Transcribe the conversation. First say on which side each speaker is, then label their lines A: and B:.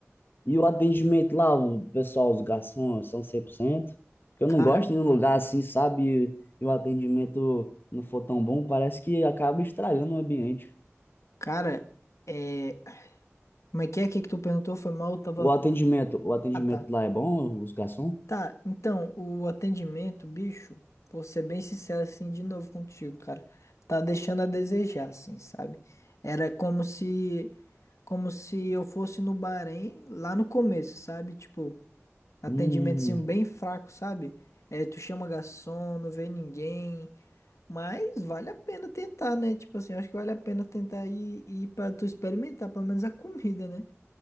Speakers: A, on the left (about 45°); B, on the left (about 80°).
A: E o atendimento lá, o pessoal, os garçons, são cem por cento Eu
B: Cara,
A: não gosto de ir num lugar assim, sabe? E o atendimento não for tão bom, parece que acaba estragando o ambiente.
B: cara. é Como é que é? O que é que tu perguntou? Foi mal, eu tava.
A: O atendimento, o atendimento
B: Ah, tá.
A: lá é bom, os garçons?
B: Tá, então, o atendimento, bicho, vou ser bem sincero assim de novo contigo, cara. Tá deixando a desejar, assim, sabe? Era como se. Como se eu fosse no Bahrein lá no começo, sabe? Tipo, atendimento
A: Hum,
B: assim, bem fraco, sabe? É, tu chama garçom, não vê ninguém. Mas vale a pena tentar, né? Tipo assim, eu acho que vale a pena tentar ir, ir pra tu experimentar, pelo menos a comida, né?